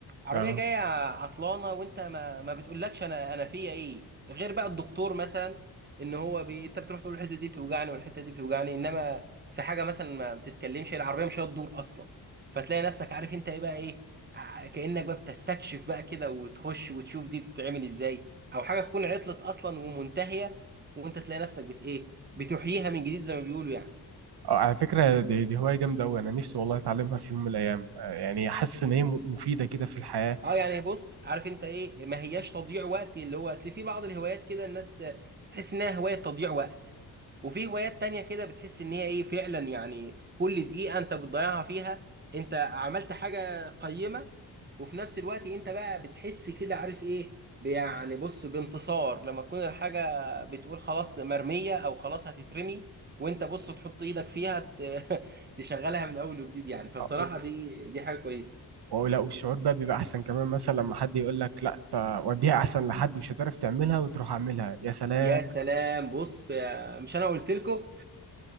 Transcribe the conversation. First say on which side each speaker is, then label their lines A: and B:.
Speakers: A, on the right; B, on the right.
A: عربيه
B: اه
A: جايه عطلانه وانت ما ما بتقولكش انا انا فيا ايه غير بقى الدكتور مثلا ان هو بي... انت بتروح تقول الحته دي بتوجعني والحته دي بتوجعني انما في حاجه مثلا ما بتتكلمش العربيه مش هتدور اصلا فتلاقي نفسك عارف انت ايه بقى ايه ع- كانك بقى بتستكشف بقى كده وتخش وتشوف دي بتتعمل ازاي او حاجه تكون عطلت اصلا ومنتهيه وانت تلاقي نفسك بت ايه بتحييها من جديد زي ما بيقولوا يعني
B: آه، على فكرة دي, دي هواية جامدة أوي أنا نفسي والله أتعلمها في يوم من الأيام آه، يعني حاسس إن هي م- مفيدة كده في الحياة
A: اه يعني بص عارف انت ايه ما هياش تضييع وقت اللي هو اصل في بعض الهوايات كده الناس بتحس انها هواية تضييع وقت وفي هوايات تانية كده بتحس ان هي ايه فعلا يعني كل دقيقة انت بتضيعها فيها انت عملت حاجة قيمة وفي نفس الوقت انت بقى بتحس كده عارف ايه ب- يعني بص بانتصار لما تكون الحاجة بتقول خلاص مرمية او خلاص هتترمي وانت بص تحط ايدك فيها ت- <laughs> تشغلها من اول وجديد يعني فبصراحة
B: آه،
A: دي دي حاجة كويسة
B: ولا والشعور بقى بيبقى احسن كمان مثلا لما حد يقول لك لا تا- وديها احسن لحد مش هتعرف تعملها وتروح اعملها يا سلام
A: يا سلام بص يا- مش انا قلت لكم